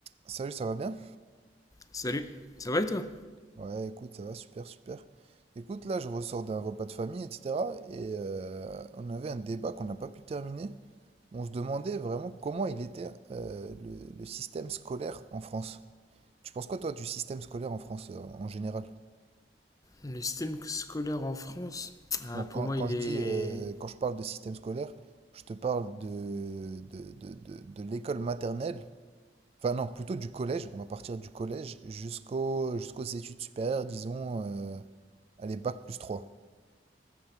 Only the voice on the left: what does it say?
Salut, ça va et toi?
Le système scolaire en France, ah,
pour
moi,
il
est.